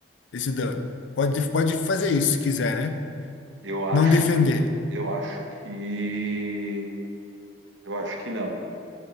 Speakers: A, on the left (about 75°); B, on the right (about 75°).
A: esse dano". Pode pode fazer isso se quiser, né?
B: eu acho,
A: Não defender.
B: eu acho que, eu acho que não.